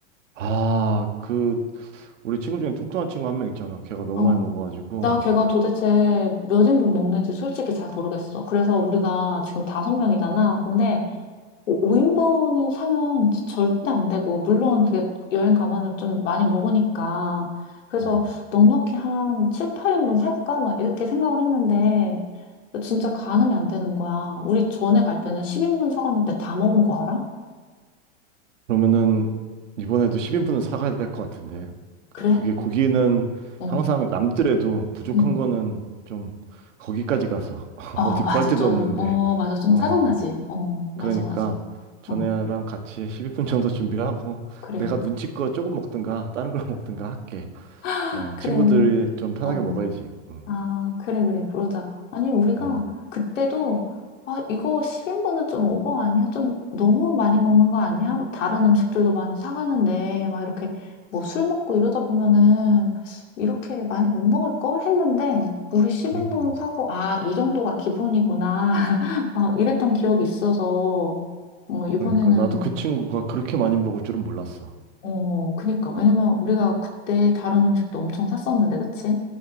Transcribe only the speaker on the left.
어.
나 걔가 도대체 몇 인분 먹는지 솔직히 잘 모르겠어. 그래서 우리가 지금 다섯 명이잖아. 근데 5인분을 사면 지- 절대 안 되고, 물론 그게 여행 가면은 좀 많이 먹으니까. 그래서
넉넉히 한 7, 8인분 살까? 막 이렇게 생각을 했는데, 진짜 가늠이 안 되는 거야. 우리 전에 갈 때는 10인분 사갔는데 다 먹은 거 알아?
그래?
어.
응.
어,
맞아.
좀,
어, 맞아. 좀
짜증나지? 어, 맞아,
맞아.
어,
그래.
<laughs>
그래.
어.
아, 그래, 그래, 그러자. 아니, 우리가
그때도, 아, 이거 10인분은 좀 오버 아니야? 좀 너무 많이 먹는 거 아니야? 다른 음식들도 많이 사가는데, 막 이렇게 뭐 술 먹고 이러다 보면은 이렇게 많이 못 먹을 걸 했는데, 우리 10인분
사고, 아, 이 정도가 기본이구나. <laughs> 막 이랬던 기억이 있어서, 어, 이번에는,
어, 그니까. 왜냐면 우리가 그때 다른 음식도 엄청 샀었는데, 그치?